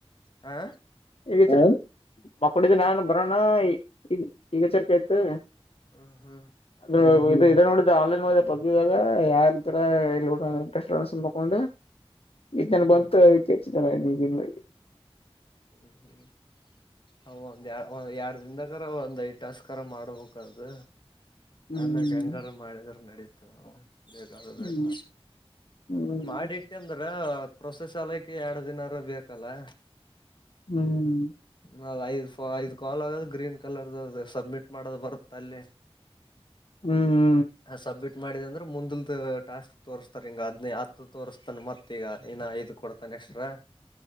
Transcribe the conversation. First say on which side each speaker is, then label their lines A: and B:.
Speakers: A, on the left (about 50°); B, on the left (about 65°).
A: ಹಾ
B: ಈಗ ಮಕ್ಕಡಿದ್ದು ನಾನ್ ಬರೋಣ ಈಗ ಈಗ ಎಚ್ಚರಿಕೆ ಆಯ್ತು
A: ಹ್ಮ ಹ್ಮ್
B: ಅ ಇದು ಇದ್ ನೋಡಿದ ಆನ್ಲೈನ್ ಒಳಗ ಮುಂದೆ ಪಬ್ಜಿದಾಗ ಯಾರ ತರ ಇರ್ಬೇಕು. ರಸ್ಟೋನ್ಸ್ ಮಕೊಂಡು ಇತರ
A: ಹ್ಮ್
B: ಬಂತು ಅದಕ್ಕೆ ಹೆಚ್ಚು ಜನ ಈಗಲ್ಲಿ
A: ಹ್ಮ್ ಹ್ಮ್ ಹ ಒಂದ್ ಯ ಒಂದ್ ಎರಡ್ ದಿಂದ ಗಾರ ಒಂದ್ ಐದು ಟಾಸ್ಕ್ರಾರ ಮಾಡ್ಬೇಕು ಅದು.
B: ಹ್ಮ್
A: ಆಮ್ಯಗ ಹೆಂಗಾರ ಮಾಡಿದ್ರೆ ನಡೀತದ ಬೇಕಾದ್ರ
B: ಹ್ಮ್
A: ಬೇಕ್
B: ಹ್ಮ್
A: ಮಾಡಿಟ್ಟೆ ಅಂದ್ರೆ ಪ್ರೋಸಾಸ್ ಆಗಲಿಕ್ಕಎರಡು ದಿನಾರೂ ಬೇಕಲ್ಲ.
B: ಹ್ಮ್
A: ನ ಐದ್ ಕಾಲ್ ಆಗದು ಗ್ರೀನ್ ಕಲರ್ ಸಬ್ಮಿಟ್ ಮಾಡದು ಬರುತ್ತೆ ಅಲ್ಲಿ.
B: ಹ್ಮ್
A: ಹ ಸಬ್ಮಿಟ್ ಮಾಡಿದೆ ಅಂದ್ರೆ ಮುಂದಲ್ದ ಟಾಸ್ಕ್ ತೋರ್ಸ್ತಾರೆ ಹಿಂಗ ಅದ್ನೇ ಹತ್ತು ತೋರ್ಸ್ತಾನ ಮತ್ತ ಈಗ ಇನ್ನ ಐದು ಕೊಡ್ತಾನ ಎಕ್ಸ್ಟ್ರಾ